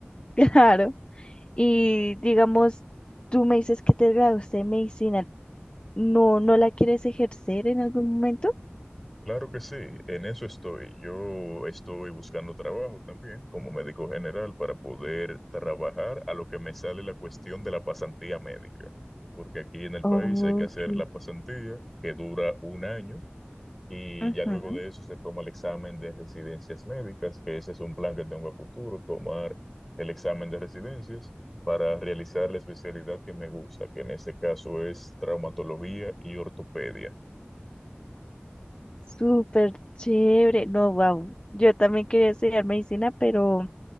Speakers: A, on the left; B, in the centre.
A: <laughs> claro. Y digamos, tú me dices que te graduaste en medicina, ¿no, no la quieres ejercer en algún momento?
B: Claro que sí, en eso estoy. Yo estoy buscando trabajo también como médico general para poder trabajar a lo que me sale la cuestión de la pasantía médica, porque aquí en el
A: Ok.
B: país hay que hacer la pasantía que dura un año y
A: Ujú,
B: ya luego de eso se toma el examen de residencias médicas, que ese es un plan que tengo a futuro, tomar el examen de residencias para realizar la especialidad que me gusta, que en este caso es traumatología y ortopedia.
A: Súper chévere. No, wow. Yo también quería estudiar medicina, pero,